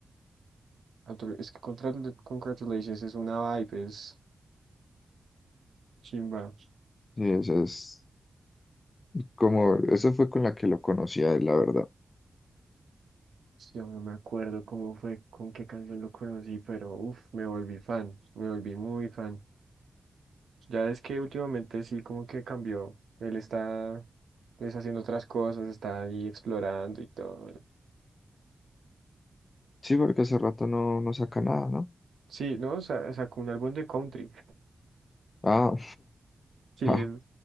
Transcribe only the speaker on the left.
Sí, esa es como... Eso fue con la que lo conocí a él, la verdad.
Sí, porque hace rato no, no saca nada, ¿no?
Ah,
<laughs> ah,